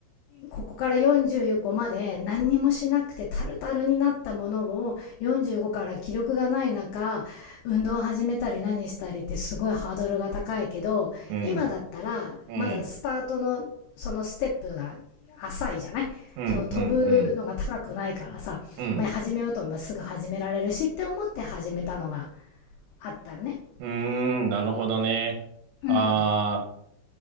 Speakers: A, on the left (about 85°); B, on the right (about 80°).
A: ここから45まで何にもしなくてタルタルになったものを45から気力がない中運動を始めたり何したりってすごいハードルが高いけど今だったらまだスタートのそのステップが浅いじゃないその飛ぶのが高くないからさ、
B: うん、うん、うん、うん、うん、うん。
A: まあ、始めようと思えばすぐ始められるしって思って始めたのがあったのね。
B: うーん、なるほどね。
A: うん
B: あ